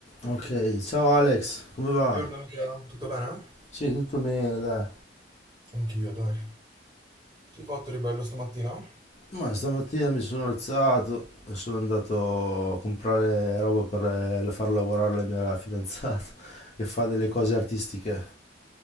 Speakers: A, on the left (about 35°); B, on the right (about 25°).
A: Ok, ciao Alex, come va?
B: Buongiorno Luca, tutto bene?
A: Sì, tutto bene, dai.
B: Anch'io, dai. Che hai fatto di bello stamattina?
A: Ma stamattina mi sono alzato e sono andato a comprare roba per eh, la- far lavorare la mia fidanzata <laughs> che fa delle cose artistiche,